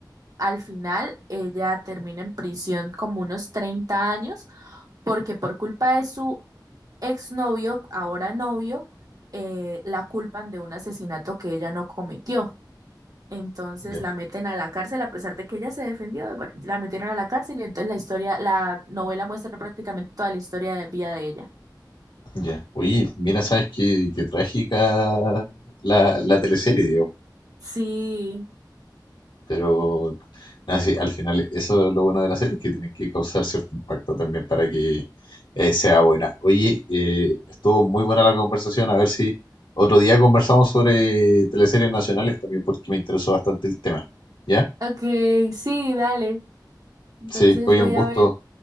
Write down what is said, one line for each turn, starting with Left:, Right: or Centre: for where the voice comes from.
Right: al final ella termina en prisión como unos 30 años porque por culpa de su exnovio, ahora novio, eh, la culpan de un asesinato que ella no cometió. Entonces
Left: ya,
Right: la meten a la cárcel a pesar de que ella se defendió. Bueno, la metieron a la cárcel y entonces la historia, la novela muestra prácticamente toda la historia de vida de ella.
Left: ya. Oye, mira, sabes qué, qué trágica la, la teleserie, digamos.
Right: Sí,
Left: Pero nada, sí, al final eso es lo bueno de la serie, es que tiene que causar cierto impacto también para que eh, sea buena. Oye, eh, estuvo muy buena la conversación, a ver si otro día conversamos sobre teleseries nacionales también, porque me interesó bastante el tema. ¿Ya?
Right: Ok, sí, dale. Entonces
Left: Sí, oye,
Right: voy
Left: un gusto.
Right: a ver